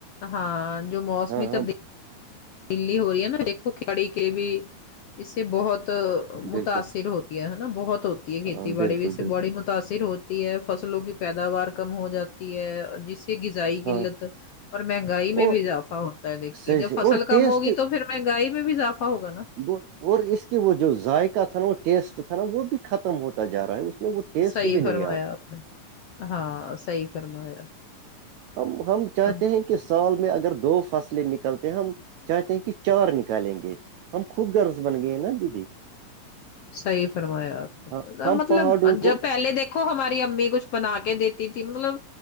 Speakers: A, on the left; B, on the right.
A: ہاں جو موسمی
B: ہاں
A: تبدیلی
B: ہاں
A: دلی ہو رہی ہے نا دیکھو کڑی کے بھی اس سے بہت
B: بالکل
A: متاثر ہو ہےا بہت ہوتی ہے کھیتی
B: ہاں بالکل
A: باڑی بھی
B: بالکل
A: سے بڑی متاثر ہو ہے فصلوں کی پیداوار کم ہو جاتی ہے جس غذائی
B: ہاں
A: قلت اور مہنگائی میں
B: اور
A: بھی اضافہ ہوتا ہے دیکھیے
B: صحیح
A: جب
B: صحیح
A: فصل
B: اور
A: کم
B: ٹیسٹ
A: ہوگی تو توپھر مہنگائی میں بھی اضافا ہوگا
B: وہ اور اس کے وہ جو ذائقہ تھا نا وہ ٹیسٹ تھا نا وہ بھی ختم ہوتا جا رہا ہے اس میں وہ ٹیسٹ
A: صحی
B: بھی نہیں
A: فرمایا
B: ہے اب
A: آپ نے ہاں صحی فرمایا
B: ہم ہم چاہتے
A: اب
B: ہیں کہ سال میں اگر دو فصلیں نکلتے ہیں ہم چاہتے ہیں کہ چار نکالیں گے ہم خود غرض بن گئے ہیں نا دیدی
A: صحی فرمایا آپ نے
B: ہاں ہم
A: مطلب
B: پہاڑوں
A: جب
B: کو
A: پہلے دیک کو ہماری امی کچھ بنا کے دیتی تھی مطلب